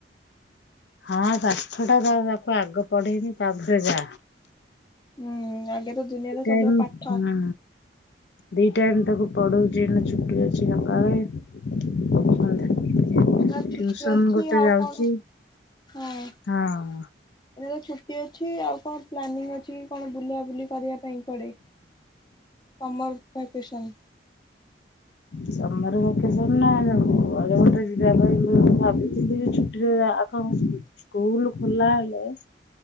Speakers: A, on the left (about 70°); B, on the left (about 25°).
A: ହଁ ପାଠ ଟା ତାକୁ ଆଗ ପଢେଇବି ତାପରେ ଯା
B: ହୁଁ ଆଗେ ତ ଦୁନିଆରେ
A: କାଇଁ
B: ସବୁଠାରୁ ପାଠ
A: ହଁ। ଦି ଟାଇମ୍ ତାକୁ ପଢଉଚି ଛୁଟି ଅଛି ସକାଳେ ସନ୍ଧ୍ୟା।
B: ହଁ ସେ ଛୁଟି
A: ଟିଉସନ
B: ଅଛି
A: ଗୋଟେ
B: ଆଉ
A: ଯାଉଛି
B: କଣ ହଁ। ଏ
A: ହଁ।
B: ତ ଛୁଟି ଅଛି ଆଉ କଣ ପ୍ଲାନିଂ ଅଛି କଣ ବୁଲିଆ ବୁଲି କରିବା ପାଇଁ କୁଆଡେ ତମର । ଭ୍ୟାକେସନ୍।
A: ସମର ଭ୍ୟାକେସନ ନା <inaudible> ଯିବା ପାଇଁ ମୁଁ ଭାବିଥିଲି ଯେ ଛୁଟିରେ ଆଗ। ସ୍କୁଲ ଖୋଲା ହେଲେ ।